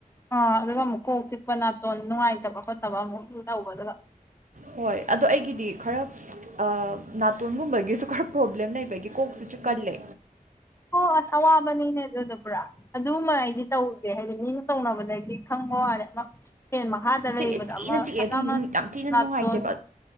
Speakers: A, on the left (about 15°); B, on the right (about 60°).
A: ꯑꯥ ꯑꯗꯨꯒ ꯑꯃꯨꯛ ꯀꯣꯛ ꯆꯤꯛꯄ ꯅꯥꯇꯣꯟ ꯅꯨꯡꯉꯥꯏꯇꯕ ꯈꯣꯠꯇꯕ ꯑꯃꯨꯛ ꯑꯗꯨꯝ ꯇꯧꯕ ꯑꯗꯨꯒ
B: ꯍꯣꯏ ꯑꯗꯣ ꯑꯩꯒꯤꯗꯤ ꯈꯔ ꯑꯥ ꯅꯥꯇꯣꯟꯒꯨꯝꯕꯒꯤꯁꯨ ꯈꯔ ꯄ꯭ꯔꯣꯕ꯭ꯂꯦꯝ ꯂꯩꯕꯒꯤ ꯀꯣꯛꯁꯤ ꯆꯤꯛꯀꯜꯂꯦ
A: ꯑꯣ ꯑꯁ ꯑꯋꯥꯕꯅꯤꯅꯦ ꯑꯗꯨꯗꯣ ꯄꯨꯔꯥ ꯑꯗꯨꯃ ꯑꯩꯗꯤ ꯇꯧꯗꯦ ꯍꯥꯏꯗꯤ ꯃꯤꯅ ꯇꯧꯅꯕꯗꯒꯤ ꯈꯪꯕ ꯋꯥꯅꯦ ꯑꯃꯥ ꯐꯦꯟ ꯃꯈꯥꯗ ꯂꯩꯕꯗ
B: ꯆꯤꯛꯑꯦ ꯊꯤꯅ
A: ꯑꯃ
B: ꯆꯤꯛꯑꯦ
A: ꯁꯠ
B: ꯑꯗꯨ
A: ꯂꯥꯎꯅ
B: ꯅꯨꯡ- ꯌꯥꯝ ꯊꯤꯅ
A: ꯅꯥꯇꯣꯟ
B: ꯅꯨꯡꯉꯥꯏꯇꯦꯕ